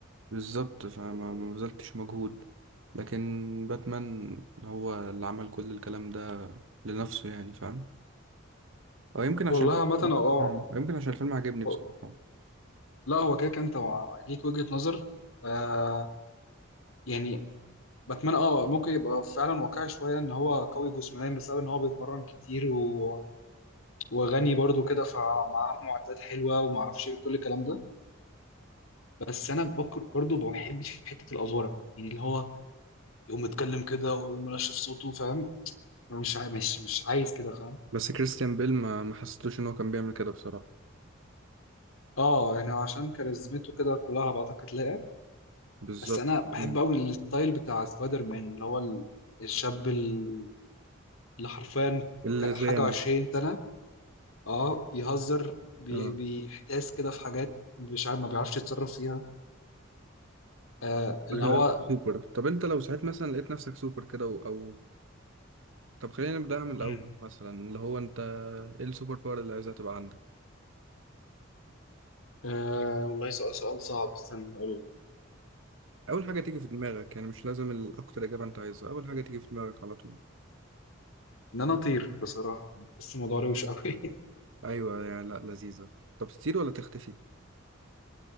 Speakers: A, on the right; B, on the left.
A: بالظبط فما ما بذلتش مجهود لكن باتمان هو اللي عمل كل الكلام ده لنفسه يعني فاهم او يمكن عشان
B: والله عامة اه
A: مم. يمكن عشان الفيلم عجبني بصراحة
B: آه. لا هو كده كده انت مع- ليك وجهة نظر آه يعني باتمان اه ممكن يبقى فعلا واقعي شويه ان هو قوي جسمانيا بسبب ان هو بيتمرن كتير و... وغني برضو كده فمعاه معدات حلوه وما اعرفش ايه كل الكلام ده بس انا بكر برضو ما بحبش حته الافوره يعني اللي هو يقوم متكلم كده ويقوم منشف صوته فاهم مش عاي... مش مش عايز كده فاهم
A: بس كريستيان بيل ما ما حسيتوش ان هو كان بيعمل كده بصراحة
B: اه يعني عشان كاريزمته كده كلها على بعضها هتلاقي
A: بالظبط
B: بس انا بحب
A: مم.
B: قوي الستايل بتاع سبايدر مان اللي هو ال- الشاب ال- اللي حرفيا
A: اللي
B: ك-
A: زي
B: حاجه
A: انا
B: وعشرين سنه اه بيهزر بي...
A: اه
B: بيحتاس كده في حاجات مش عارف ما بيعرفش يتصرف فيها آه اللي
A: سهل
B: هو
A: انا في سوبر طب انت لو ساعات مثلا لقيت نفسك سوبر كده و- او طب خلينا نبدأها من الاول
B: امم
A: مثلا اللي هو انت ايه السوبر باور اللي عايزها تبقى عندك
B: آه والله سؤال سؤال صعب استنى هقول لك
A: اول حاجة تيجي في دماغك يعني مش لازم الاكتر اجابة انت عايزها اول حاجة تيجي في دماغك على طول
B: ان انا اطير بصراحه بس الموضوع روش قوي <laughs>
A: ايوه يعني لا لذيذة طب تطير ولا تختفي